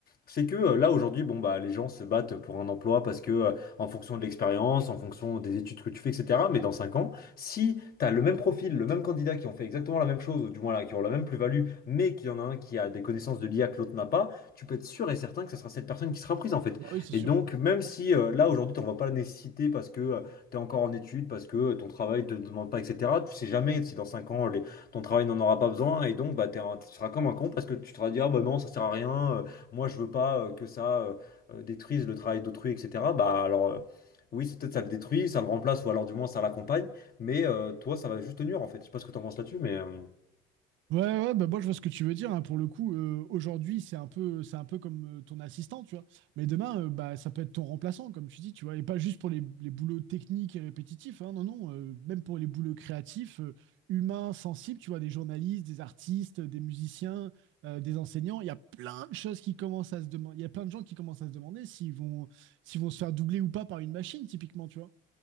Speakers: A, on the left; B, on the right.
A: C'est que euh, là aujourd'hui, bon bah les gens se battent pour un emploi parce que euh, en fonction de l'expérience, en fonction des études que tu fais, etc. Mais dans 5 ans, si tu as le même profil, le même candidat qui ont fait exactement la même chose, ou du moins là, qui ont la même plus-value, mais qu'il y en a un qui a des connaissances de l'IA que l'autre n'a pas, tu peux être sûr et certain que ce sera cette personne qui sera prise en fait.
B: Bah oui, c'est
A: Et
B: sûr.
A: donc même si euh, là aujourd'hui t'en vois pas la nécessité parce que tu es encore en études, parce que euh, ton travail te demande pas, etc. Tu sais jamais si dans 5 ans les- ton travail n'en aura pas besoin, et donc bah t'es un- tu seras comme un con parce que tu te seras dit ah bah non ça sert à rien. euh, moi je veux pas euh, que ça euh, euh, détruise le travail d'autrui, etc. Bah alors euh, oui, c'est peut-être ça le détruit, ça le remplace, ou alors du moins ça l'accompagne, mais euh, toi ça va juste te nuire en fait. Je sais pas ce que t'en penses là-dessus, mais... euh,
B: Ouais, ouais, bah moi je vois ce que tu veux dire. hein. Pour le coup, euh, aujourd'hui, c'est un peu, c'est un peu comme euh, ton assistant, tu vois. Mais demain, euh, bah, ça peut être ton remplaçant, comme tu dis, tu vois. Et pas juste pour les, les boulots techniques et répétitifs, hein, non, non. euh, même pour les boulots créatifs, euh, humains, sensibles, tu vois, des journalistes, des artistes, des musiciens, euh, des enseignants. Il y a plein de choses qui commencent à se demander. Il y a plein de gens qui commencent à se demander s'ils vont, s'ils vont se faire doubler ou pas par une machine, typiquement, tu vois.